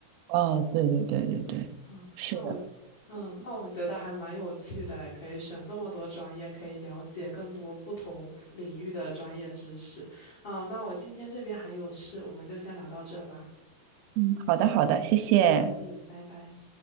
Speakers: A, on the right (about 90°); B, on the left (about 85°).
A: 哦，对对对对对，
B: 嗯，
A: 是的。
B: 那我嗯，那我觉得还蛮有趣的，可以选这么多专业，可以了解更多不同领域的专业知识。啊，那我今天这边还有事，我们就先聊到这吧。
A: 嗯，好的，好的，谢谢，
B: 嗯嗯，拜拜。